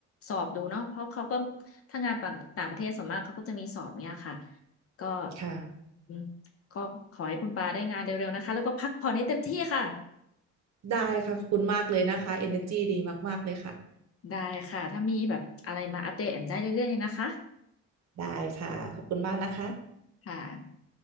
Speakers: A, on the left; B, on the right.
A: สอบดูเนาะเพราะเขาก็ถ้างานต่างต่างประเทศส่วนมากเขาก็จะมีสอบเนี้ยค่ะก็
B: ค่ะ
A: อืมก็ขอให้คุณปาได้งานเร็วๆนะคะแล้วก็พักผ่อนให้เต็มที่ค่ะ
B: ได้ค่ะขอบคุณมากเลยนะคะเอ e r จีดีมากๆเลยค่ะ
A: ได้ค่ะถ้ามีแบบอะไรมาอัปเดตแอมได้เรื่อยๆเลยนะคะ
B: ได้ค่ะขอบคุณมากนะคะ
A: ค่ะ